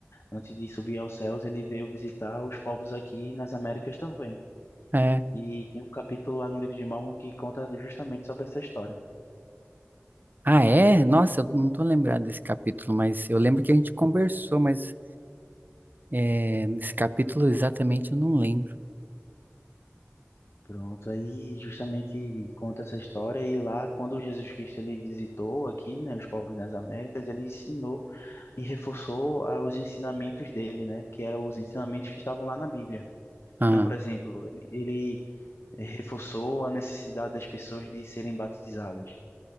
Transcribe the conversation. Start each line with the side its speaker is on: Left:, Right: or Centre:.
Left: antes de subir aos céus, ele veio visitar os povos aqui nas Américas também.
Right: É.
Left: E tem um capítulo lá no livro de Mormon que conta justamente sobre essa história.
Right: Ah, é? Nossa, eu não tô lembrado desse capítulo, mas eu lembro que a gente conversou, mas é, nesse capítulo exatamente eu não lembro.
Left: Pronto, aí justamente conta essa história e lá quando Jesus Cristo ele visitou aqui, né, os povos nas Américas, ele ensinou e reforçou ah, os ensinamentos dele, né, que eram os ensinamentos que estavam lá na Bíblia.
Right: Ah,
Left: Então, por exemplo, ele, ele eh, reforçou a necessidade das pessoas de serem batizadas.